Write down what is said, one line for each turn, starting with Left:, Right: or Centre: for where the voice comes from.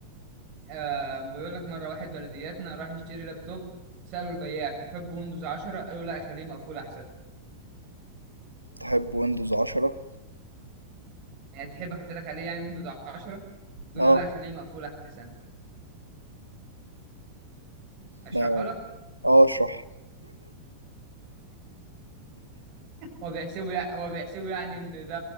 Right: آه بيقول لك مرة واحد بلدياتنا راح يشتري لابتوب سأله البياع تحب ويندوز 10 قالوا لا خليه مقفول أحسن
Left: تحب ويندوز 10
Right: يعني تحب أحط لك عليه يعني ويندوز 10 بيقولوا
Left: اه
Right: لا خليه مقفول أحسن أشرحها
Left: لا
Right: لك
Left: اه اشرح
Right: هو بيحسبه يعني هو بيحسبه يعني إن ده